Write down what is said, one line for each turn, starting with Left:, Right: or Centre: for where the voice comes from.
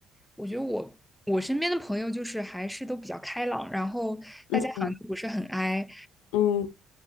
Centre: 我觉得我我身边的朋友就是还是都比较开朗，然后大家好像都不是很
Left: 嗯嗯
Centre: i，
Left: 嗯